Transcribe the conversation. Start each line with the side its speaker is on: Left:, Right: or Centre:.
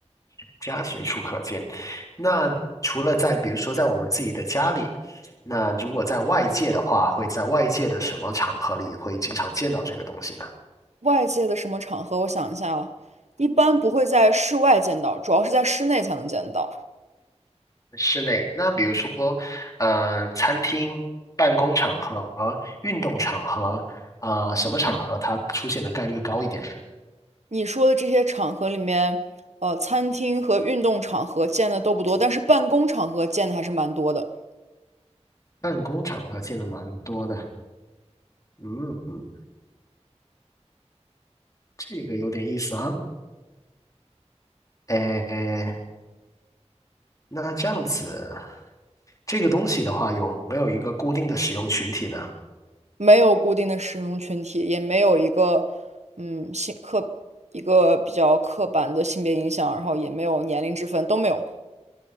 Left: 家随处可见。那除了在比如说在我们自己的家里，那如果在外界的话，会在外界的什么场合里会经常见到这个东西呢？
Right: 外界的什么场合？我想一下啊，一般不会在室外见到，主要是在室内才能见到。
Left: 室内，那比如说，呃，餐厅、办公场合、运动场合，啊，什么场合它出现的概率会高一点呢？
Right: 你说的这些场合里面，呃，餐厅和运动场合见的都不多，但是办公场合见的还是蛮多的。
Left: 办公场合见的蛮多的。嗯，嗯，这个有点意思啊。哎，那这样子，这个东西的话，有没有一个固定的使用群体呢？
Right: 没有固定的使用群体，也没有一个，嗯，性刻一个比较刻板的性别影响，然后也没有年龄之分，都没有。